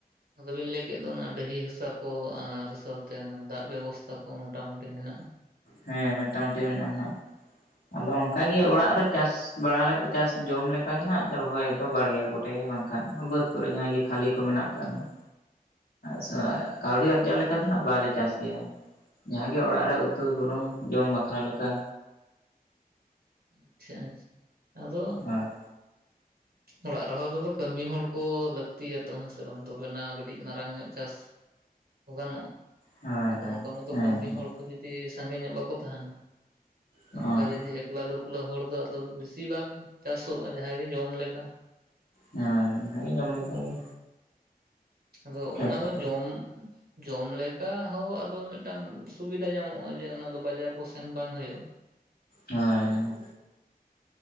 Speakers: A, on the right; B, on the left.
A: ᱟᱫᱚᱵᱤᱱ ᱞᱟᱹᱭ ᱮᱠ ᱫᱚ ᱚᱱᱟ ᱰᱟᱺᱦᱤ ᱦᱟᱥᱟ ᱠᱚ ᱟᱨ ᱥᱟᱶᱛᱮ ᱚᱱᱟ ᱫᱟᱜ ᱵᱮᱵᱚᱥᱛᱷᱟ ᱠᱚ ᱢᱚᱴᱟᱟᱢᱩᱴᱤ ᱢᱮᱱᱟᱜᱼᱟ᱾
B: ᱦᱮᱸ ᱢᱮᱴᱟᱢᱩᱴᱤ ᱢᱮᱱᱟᱜᱼᱟ ᱦᱟᱜ᱾ ᱟᱫᱚ ᱚᱱᱠᱟᱜᱮ ᱚᱲᱟᱜ ᱨᱮ ᱪᱟᱥ ᱵᱟᱲᱟ ᱞᱮᱠᱟ ᱪᱟᱥ ᱡᱚᱢ ᱞᱮᱠᱟ ᱜᱮ ᱱᱟᱦᱟᱜ ᱨᱚᱦᱚᱭ ᱫᱚ ᱵᱟᱲᱜᱮ ᱠᱚᱨᱮ᱾ ᱴᱮ ᱵᱟᱝᱠᱷᱟᱱ ᱵᱟᱹᱫᱽ ᱠᱚᱨᱮ ᱡᱟᱦᱟ ᱜᱮ ᱠᱷᱟᱹᱞᱤ ᱠᱚ ᱢᱮᱱᱟᱜ ᱟᱠᱟ ᱱᱟᱦᱟᱜ᱾ ᱥᱮ ᱠᱟᱹᱣᱰᱤ ᱟᱨᱡᱟᱣ ᱞᱮᱠᱟ ᱫᱚ ᱦᱟᱜ ᱵᱟᱞᱮ ᱪᱟᱥ ᱜᱮᱭᱟ ᱡᱟᱦᱟ ᱜᱮ ᱚᱲᱟᱜ ᱨᱮ᱾ ᱩᱛᱩ ᱵᱩᱞᱩᱝ ᱡᱚᱢ ᱵᱟᱠᱷᱨᱟ ᱞᱮᱠᱟ᱾
A: ᱟᱪᱷᱟ ᱟᱪᱷᱟ ᱟᱫᱚ᱾
B: ᱦᱮᱸ᱾
A: ᱚᱲᱟᱜ ᱨᱮᱦᱚᱸ ᱟᱫᱚ ᱠᱟᱹᱢᱤ ᱦᱚᱲ ᱠᱚ ᱞᱟᱹᱠᱛᱤᱭᱟᱛᱚ ᱦᱮᱸ ᱥᱮ ᱵᱟᱝ ᱫᱚᱵᱮ ᱱᱟᱣᱟ ᱠᱟᱹᱴᱤᱡ ᱢᱟᱨᱟᱝ ᱧᱚᱜ ᱪᱟᱥ᱾ ᱜᱟᱱᱚᱜᱼᱟ
B: ᱦᱳᱭ ᱦᱳᱭ
A: ᱟᱫᱚ ᱚᱱᱠᱟ ᱢᱚᱛᱚ
B: ᱦᱮᱸ
A: ᱠᱟᱹᱢᱤ
B: ᱦᱮᱸ
A: ᱦᱚᱲ᱾ ᱡᱩᱫᱤ ᱥᱟᱸᱜᱮ ᱧᱚᱜ ᱵᱟᱠᱚ ᱛᱟᱦᱮᱱᱟ
B: ᱦᱳᱭ
A: ᱚᱱᱠᱟ ᱡᱩᱫᱤ ᱮᱠᱞᱟ ᱫᱚ᱾ ᱵᱟᱞᱟᱮ ᱦᱚᱲ ᱫᱚ ᱟᱫᱚ ᱵᱤᱥᱤ ᱵᱟᱝ ᱪᱟᱥᱚᱜᱼᱟ ᱡᱟᱦᱟ ᱜᱮ ᱡᱚᱢ ᱞᱮᱠᱟ᱾
B: ᱦᱮᱸ ᱡᱟᱦᱟᱜᱮ ᱡᱚᱢ ᱞᱮᱠᱷᱟ ᱜᱮ᱾
A: ᱟᱫᱚ
B: ᱪᱟᱥᱚᱜᱼᱟ
A: ᱚᱱᱟ ᱫᱚ ᱡᱚᱢ᱾ ᱡᱚᱢ ᱞᱮᱠᱟ ᱦᱚᱸ ᱟᱫᱚ ᱢᱤᱫᱴᱟᱝ ᱥᱩᱵᱤᱫᱷᱟ ᱧᱟᱢᱚᱜᱼᱟ ᱡᱮ ᱚᱱᱟ ᱫᱚ ᱵᱟᱡᱟᱨ ᱠᱚ ᱥᱮᱱ ᱵᱟᱝ ᱦᱩᱭᱩᱜᱼᱟ᱾
B: ᱦᱮᱸ᱾